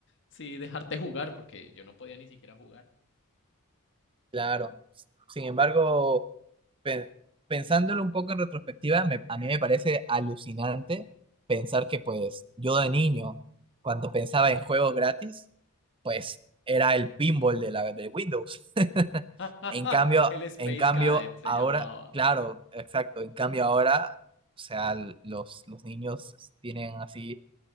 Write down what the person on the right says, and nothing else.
claro. Sin embargo... pe- pensándolo un poco en retrospectiva, me- a mí me parece alucinante pensar que pues yo de niño, cuando pensaba en juegos gratis, pues era el pinball de la de Windows.
En cambio,
en cambio
ahora,
claro, exacto, en cambio ahora, o sea, l- los, los niños tienen así